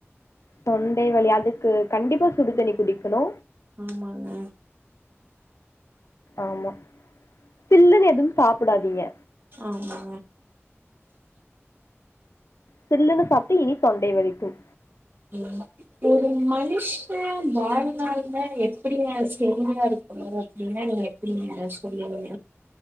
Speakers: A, on the left; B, on the right.
A: தொண்டை வலி அதுக்கு கண்டிப்பா சுடுதண்ணி குடிக்கணு
B: ஆமாங்க
A: ஆமா சில்லுன்னு எதுவு சாப்டாதீங்க
B: ஆமா
A: சில்லுன்னு சாப்ட்டு இனி தொண்டை வலிக்கும்
B: ம் ஒரு மனிஷே வாழ்நாள்ல எப்டிங்க செழுமையா இருக்கணு அப்டின்னா நீங் க எப்டிங்க சொல்லுங்க